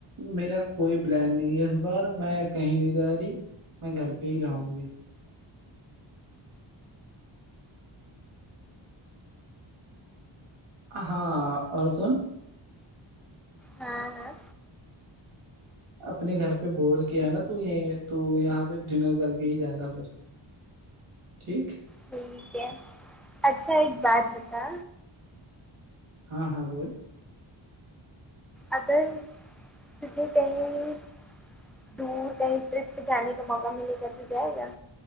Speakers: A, on the right; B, in the centre.
A: میرا کوئی پلان نہیں ہے اس بار میں کہیں نہیں جا رہی میں گھر پہ ہی رہوں گی ہاں اور سن
B: ہاں ہاں
A: اپنے گھر پہ بول کے آناا تو یہ تو یہاں پہ ڈنر کر کے ہی جانا پھر ٹھیک
B: ٹھیک ہے اچھا ایک بات بتا
A: ہاں ہاں بول
B: اگر تجھے کہیں دور کہیں ٹرپ پہ جانے کا موقع ملے گا تو جائے گا